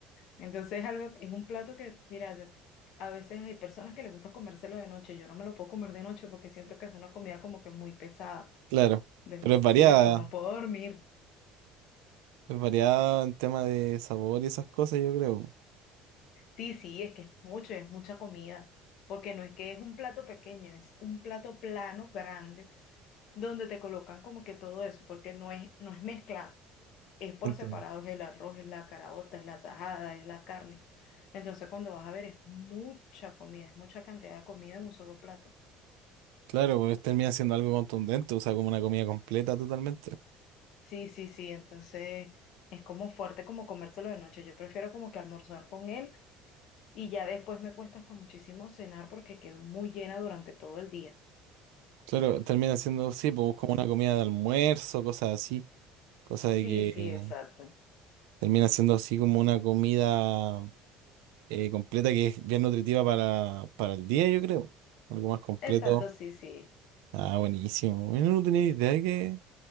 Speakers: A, on the left (about 70°); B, on the right (about 85°).
A: entonces es algo, es un plato que, mira, de- a veces hay personas que les gusta comérselo de noche, yo no me lo puedo comer de noche porque siento que es una comida como que muy pesada
B: Claro.
A: De-
B: Pero es variada.
A: sí, después no puedo dormir.
B: Es variada en tema de sabor y esas cosas, yo creo.
A: Sí, sí, es que es mucho, es mucha comida, porque no es que es un plato pequeño, es un plato plano, grande, donde te colocan como que todo eso, porque no es, no es mezclado, es por
B: Entiendo.
A: separado, es el arroz, es la caraota, es la tajada, es la carne. Entonces cuando vas a ver es mucha comida, es mucha cantidad de comida en un solo plato.
B: Claro, pues termina siendo algo contundente, o sea, como una comida completa totalmente.
A: Sí, sí, sí, entonces es como fuerte como comérselo de noche. Yo prefiero como que almorzar con él y ya después me cuesta hasta muchísimo cenar porque quedo muy llena durante todo el día.
B: Claro, termina siendo, sí, pues como una comida de almuerzo, cosas así. Cosa
A: Sí,
B: de que
A: sí, exacto.
B: termina siendo así como una comida eh, completa que es bien nutritiva para, para el día, yo creo. Algo más completo.
A: Exacto, sí, sí.
B: Ah, buenísimo. Bueno, no tenía idea de que,